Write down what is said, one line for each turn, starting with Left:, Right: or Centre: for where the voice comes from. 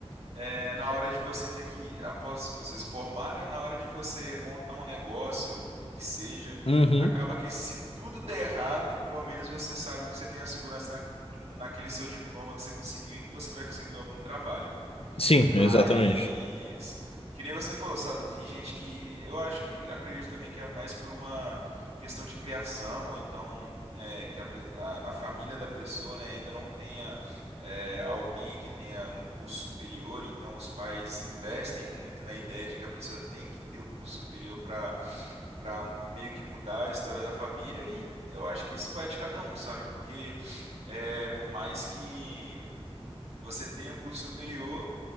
Right: é, na hora de você ter que, após você se formar, né, na hora de você montar um negócio, ou o que seja,
Left: Uhum.
Right: acaba que se tudo der errado, pelo menos você sabe que você tem a segurança na, naquele seu diploma que você conseguiu e que você vai conseguir algum trabalho.
Left: Sim,
Right: Mas
Left: exatamente.
Right: que nem você falou, sabe? Tem gente que eu acho que acredito também que é mais por uma questão de criação, ou então é, que a pe- a- na família da pessoa, né, ainda não tenha é, alguém que tenha um curso superior, então os pais investem muito na ideia de que a pessoa tem que ter um curso superior para para meio que mudar a história da família e eu acho que isso vai de cada um, sabe? Porque é, por mais que você tenha um curso superior